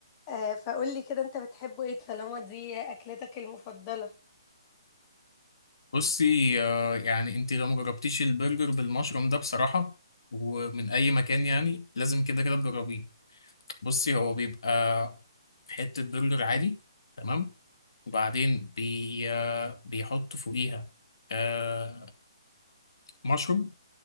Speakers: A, on the left (about 20°); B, on the left (about 65°).
A: آه فقولي كده انت بتحبه ايه طالما دي اكلتك المفضلة
B: بصي آه، يعني أنت لو مجربتيش البرجر بالمشروم ده بصراحة ومن أي مكان يعني لازم كده كده تجربيه بصي هو بيبقى حتة برجر عادي تمام وبعدين بي آه، بيحط فوقيها آه، مشروم